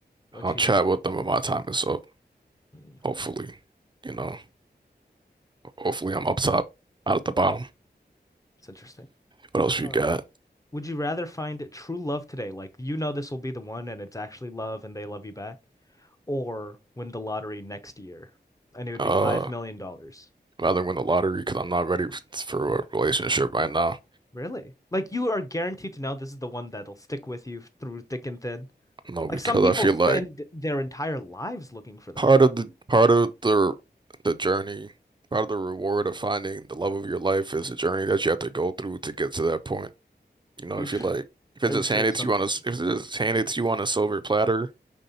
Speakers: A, on the left; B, on the right.
A: what
B: I'll
A: you.
B: chat with them when my time is up.
A: Hmm,
B: Hopefully, you know, hopefully I'm up top, out at the bottom.
A: it's interesting.
B: What else you
A: All
B: got?
A: right. Would you rather find true love today? Like you know this will be the one and it's actually love and they love you back? or win the lottery next year, and it would
B: Uh,
A: be $5 million. dollars.
B: rather win the lottery because I'm not ready f- for a relationship right now.
A: Really? Like you are guaranteed to know this is the one that'll stick with you through thick and thin.
B: No,
A: Like
B: because
A: some people
B: I feel
A: spend
B: like
A: their entire lives looking for that.
B: part of the part of the the journey, part of the reward of finding the love of your life is a journey that you have to go through to get to that point. You know,
A: Are
B: if
A: you sh-
B: you like, if it's
A: are you
B: just
A: sure
B: handed
A: some
B: to you
A: people?
B: on a s- if it's just handed to you on a silver platter,